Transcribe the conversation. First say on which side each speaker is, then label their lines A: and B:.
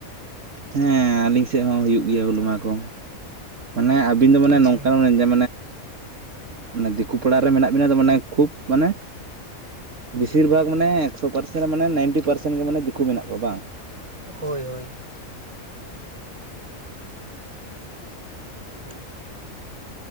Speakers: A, on the right; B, on the right.
A: ᱦᱮᱸ ᱟᱹᱞᱤᱧ ᱥᱮᱜ ᱦᱚᱸ ᱦᱩᱭᱩᱜ ᱜᱮᱭᱟ ᱦᱚᱩᱞ ᱢᱟᱦᱟ ᱠᱚ᱾ ᱢᱟᱱᱮ ᱟᱵᱤᱱ ᱫᱚ ᱢᱟᱱᱮ
B: ᱟᱪᱪᱷᱟ
A: ᱱᱚᱝᱠᱟ <unintelligible> ᱢᱟᱱᱮ ᱢᱟᱱᱮ ᱫᱤᱠᱩ ᱯᱟᱲᱟᱨᱮ ᱢᱮᱱᱟᱜ ᱵᱤᱱᱟ ᱛᱚ, ᱢᱟᱱᱮ ᱠᱷᱩᱵ ᱢᱟᱱᱮ ᱵᱮᱥᱤᱨ ᱵᱷᱟᱜᱽ ᱢᱟᱱᱮ ᱮᱠᱥᱚ ᱯᱟᱨᱥᱮᱱ ᱢᱟᱱᱮ ᱱᱟᱭᱤᱱᱴᱤ ᱯᱟᱨᱥᱮᱱ ᱜᱮ ᱢᱟᱱᱮ ᱫᱤᱠᱩ ᱢᱮᱱᱟᱜ ᱠᱚᱣᱟ ᱵᱟᱝ?
B: ᱦᱳᱭ ᱦᱳᱭ᱾ <unintelligible>